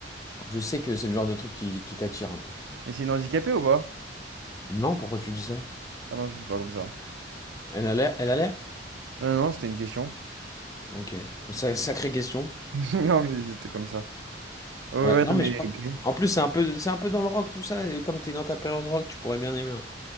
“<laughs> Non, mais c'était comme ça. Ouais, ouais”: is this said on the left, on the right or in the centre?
Right